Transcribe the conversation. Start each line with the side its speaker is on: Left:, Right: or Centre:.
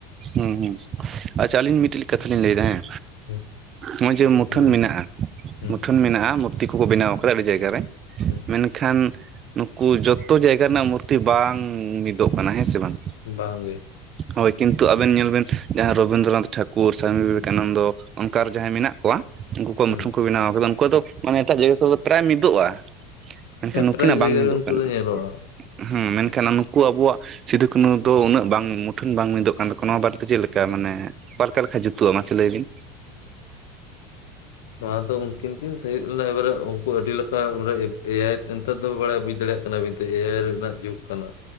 Right: ᱦᱩᱸ ᱦᱩᱸ ᱟᱪᱪᱷᱟ ᱟᱹᱞᱤᱧ ᱢᱤᱫᱴᱮᱡ ᱠᱟᱛᱷᱟ ᱞᱤᱧ ᱞᱟᱹᱭᱫᱟ ᱦᱮᱸ,
Left: ᱦᱩᱸ
Right: ᱱᱚᱜᱼᱚᱭ ᱡᱮ ᱢᱩᱴᱷᱟᱹᱱ
Left: ᱞᱟᱹᱭ ᱵᱤᱱ
Right: ᱢᱮᱱᱟᱜᱼᱟ
Left: ᱦᱩᱸ
Right: ᱢᱩᱴᱷᱟᱹᱱ ᱢᱮᱱᱟᱜᱼᱟ᱾ ᱛᱤ ᱠᱚ ᱠᱚ ᱵᱮᱱᱟᱣ ᱠᱟᱫᱟ ᱟᱹᱰᱤ ᱡᱟᱭᱜᱟ ᱨᱮ᱾
Left: ᱦᱩᱸ,
Right: ᱮᱱᱠᱷᱟᱱ ᱱᱩᱠᱩ ᱡᱚᱛᱚ ᱡᱟᱭᱜᱟ ᱨᱮᱱᱟᱜ ᱢᱩᱨᱛᱤ ᱵᱟᱝ ᱢᱤᱫᱚᱜ ᱠᱟᱱᱟ ᱦᱮᱸ ᱥᱮ ᱵᱟᱝ?
Left: ᱵᱟᱝᱜᱮ᱾
Right: ᱦᱳᱭ ᱠᱤᱱᱛᱩ ᱟᱵᱮᱱ ᱧᱮᱞ ᱵᱮᱱ ᱡᱟᱦᱟᱸ ᱨᱚᱵᱤᱱᱫᱨᱚᱱᱟᱛᱷ ᱴᱷᱟᱠᱩᱨ ᱥᱟᱢᱤ ᱵᱤᱵᱮᱠᱟᱱᱚᱱᱫᱚ ᱚᱱᱠᱟ ᱟᱨ ᱡᱟᱦᱟᱸᱭ ᱢᱮᱱᱟᱜ ᱠᱚᱣᱟ᱾ ᱩᱱᱠᱩ ᱠᱚᱣᱟᱜ
Left: ᱦᱩᱸ
Right: ᱢᱩᱴᱷᱟᱹᱱ ᱠᱚ ᱵᱮᱱᱟᱣ ᱠᱟᱫᱟ ᱩᱱᱠᱩᱣᱟᱜ ᱫᱚ ᱢᱟᱱᱮ ᱮᱴᱟᱜ ᱡᱟᱭᱜᱟ ᱠᱚᱨᱮ ᱫᱚ ᱯᱨᱟᱭ ᱢᱤᱫᱚᱜᱼᱟ᱾ ᱢᱮᱱᱠᱷᱟᱱ
Left: ᱦᱮᱸ
Right: ᱱᱩᱠᱤᱱᱟᱜ
Left: ᱯᱨᱟᱭ
Right: ᱵᱟᱝ
Left: ᱡᱟᱭᱜᱟ
Right: ᱢᱤᱫᱚᱜ
Left: ᱨᱮ ᱩᱱᱠᱩ
Right: ᱠᱟᱱᱟ
Left: ᱫᱚ ᱧᱮᱞᱚᱜᱼᱟ
Right: ᱦᱮᱸ ᱢᱮᱱᱠᱷᱟᱱ ᱱᱩᱠᱩ ᱟᱵᱚᱣᱟᱜ ᱥᱤᱫᱩ ᱠᱟᱱᱩ, ᱫᱚ ᱩᱱᱟᱹᱜ ᱵᱟᱝ ᱢᱩᱴᱷᱟᱹᱱ ᱵᱟᱝ ᱢᱤᱫᱚᱜ ᱠᱟᱱ ᱛᱟᱠᱚ ᱱᱚᱣᱟ ᱵᱟᱨᱮᱛᱮ ᱪᱮᱫ ᱞᱮᱠᱟ ᱢᱟᱱᱮ ᱚᱠᱟ ᱞᱮᱠᱟ ᱞᱮᱠᱷᱟᱱ ᱡᱩᱛᱩᱜᱼᱟ ᱢᱟᱥᱮ ᱞᱟᱹᱭ ᱵᱤᱱ?
Left: ᱱᱚᱣᱟ ᱫᱚ ᱩᱱᱠᱤᱱ ᱠᱤᱱ ᱥᱟᱹᱦᱮᱫ ᱞᱮᱱᱟ ᱮᱵᱟᱨᱮ ᱩᱱᱠᱩ ᱟᱹᱰᱤ ᱞᱮᱠᱟᱱ ᱮ ᱟᱭ ᱱᱮᱛᱟᱨ ᱫᱚ ᱵᱟᱲᱟᱭ ᱵᱩᱡ ᱫᱟᱲᱮᱭᱟᱜ ᱠᱟᱱᱟ ᱵᱤᱱᱛᱚ ᱮ ᱟᱭ ᱨᱮᱱᱟᱜ ᱡᱩᱜᱽ ᱠᱟᱱᱟ